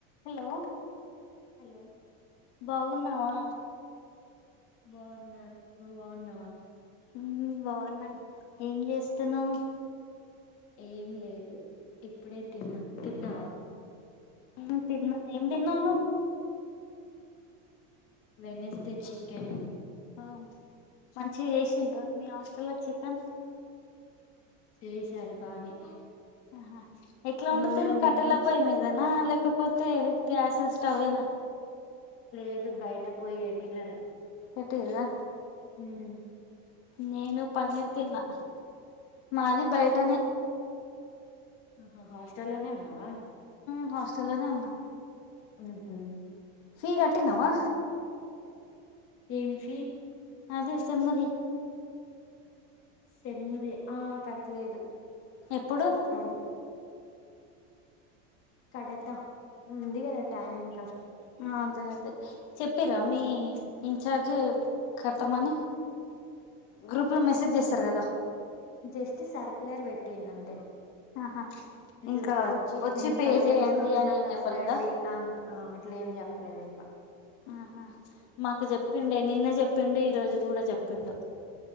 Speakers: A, on the left (about 60°); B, on the left (about 35°).
A: Hello
B: hello
A: బాగున్నావా?
B: బాగున్నా. నువ్వు బాగున్నావ?
A: మ్ బావున్న. ఏం చేస్తున్నావ్?
B: ఏం లేదు ఇప్పుడే తిన్నా. తిన్నావా?
A: మ్ తిన్న. ఏం తిన్నావ్ నువ్
B: వెనిస్ డే చికెన్.
A: ఆమ్ మంచిగ చేసిండ్రా మీ హాస్టల్ లో చికన్?
B: చేశారు బానే
A: అహా ఎట్ల వండుతారు
B: నువ్వేం
A: కట్టెల
B: తిన్నావ్
A: పొయ్యి మీద ఆ లేకపోతే గ్యాసెస్ స్టవేనా
B: లేదు బయట పొయ్యి వెట్టినారు
A: ట్టు ఇగా
B: హ్మ్
A: నేను పన్నీర్ తిన్నా మాది బయటనే
B: ఆహా హాస్టల్లోనే ఉన్నావా
A: ఇంగ హాస్టల్లోనే ఉన్నా
B: హ్మ్ హు
A: ఫీ కట్టిన్నవా
B: ఏం సి
A: అదే సెమ్ముది
B: సెమ్ము దే ఆ కట్లేదు
A: ఎప్పుడు
B: కట్టాలి ఇగ కడతా ఉంది కదా టైమ్ ఇంకా
A: మ్ అదే అదే చెప్పిరా మీ ఇన్చార్జ్ కట్టమని గ్రూప్లో మెసేజ్ చేస్తారు కదా
B: జస్ట్ సర్కులర్ పెట్టిండు అంతే
A: ఆహా
B: ఇట్లా
A: ఇంకా
B: వచ్చి నేను
A: పే
B: కలెక్ట్
A: చేయండి
B: చేసుకుంటున్నా
A: అని ఏం
B: కట్టండి.
A: చెప్పలేదా
B: ఆహా ఆ అట్లా ఏం చెప్ లేదు ఇంకా
A: ఆహా మాకు చెప్పిండే నిన్నే చెప్పిండు ఈ రోజు కూడా చెప్పిండు